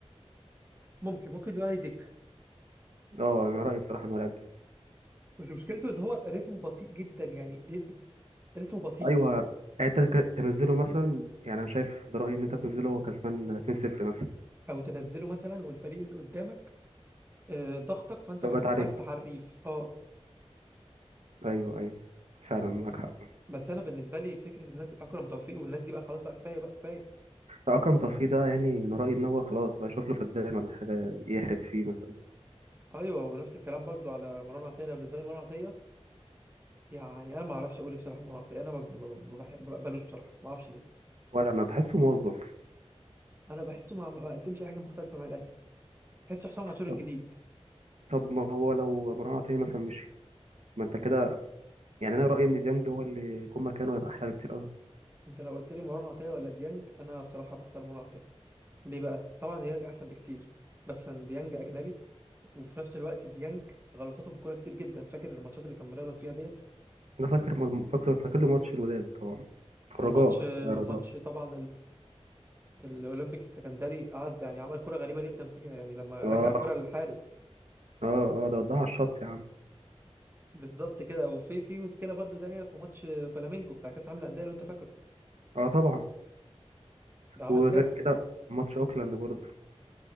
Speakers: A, on the right; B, on the right.
A: ممكن ممكن نقول عليه دك
B: اه انا رايي بصراحه انه لاعب
A: بس مشكلته ان هو رتمه بطيء جدا يعني بي... رتمه بطيء
B: ايوه يعني انت ك- تنزله مثلا يعني انا شايف ده رايي ان انت تنزله وهو كسبان 2-0 مثلا
A: او تنزله مثلا والفريق اللي قدامك آه، ضغطك فانت
B: لو
A: محتاج
B: جت عليك
A: حد حريف اه
B: ايوه ايوه فعلا معاك حق
A: بس انا بالنسبه لي فكره انك اكرم توفيق والناس دي بقى خلاص بقى كفايه بقى كفايه
B: رقم طفي ده يعني انا رايي ان هو خلاص بقى اشوف له فدان ولا حاجه يحرق فيه مثلا
A: ايوه ونفس الكلام برضو على مروان عطيه أنا بالنسبه لي مروان عطيه يعني انا ما اعرفش اقول إيه بصراحه مروان عطيه انا ما ما- ما بح- ما بقبلوش بصراحه ما اعرفش ليه
B: ولا انا بحسه موظف
A: انا بحسه ما ما قدمش اي حاجه مختلفه مع الاهلي بحسه حسام عاشور الجديد
B: طب طب ما هو لو مروان عطيه مثلا مشي ما انت كده يعني انا رايي ان ديانج هو اللي يكون مكانه هيبقى احلى بكتير قوي
A: انت لو قلت لي مروان عطيه ولا ديانج انا بصراحه بختار مروان عطيه ليه بقى طبعا ديانج احسن بكتير بس عشان ديانج اجنبي وفي نفس الوقت ديانج غلطاته في الكوره كتير جدا فاكر الماتشات اللي كان بيغلط فيها ديت
B: انا فاكر م- فاكر فاكر له ماتش الوداد طبعا
A: وماتش
B: الرجاء لا
A: وماتش
B: رجاء
A: طبعا الاولمبيك السكندري قعد يعني عمل كرة غريبة جدا فيها يعني لما
B: اه
A: رجع الكرة للحارس
B: اه اه ده ودها على الشط يا عم
A: بالظبط كده وفي في مشكلة برضو تانية في ماتش فلامينجو بتاع كأس العالم للأندية لو انت فاكره
B: اه طبعا
A: ده عمل
B: وغير
A: كارثة
B: كده ماتش اوكلاند برضه